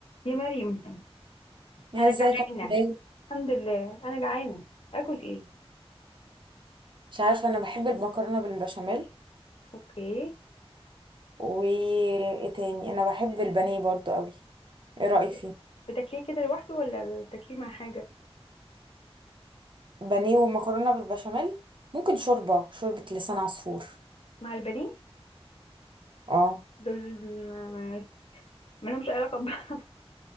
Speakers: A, on the left (about 65°); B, on the right (about 50°).
A: يا مريم
B: يا
A: انا
B: ازيك
A: جعانه
B: عاملة ايه
A: الحمد لله انا جعانه اكل ايه
B: مش عارفة انا بحب المكرونة بالبشاميل
A: اوكي
B: وايه تاني انا بحب البانيه برضو قوي ايه
A: بت...
B: رأيك فيه
A: بتاكليه كده لوحده ولا بتاكليه مع حاجه
B: بانيه ومكرونة بالبشاميل ممكن شوربة شوربة لسان عصفور
A: مع البانيه
B: اه
A: دول ما ما لهمش علاقه ب... <laughs>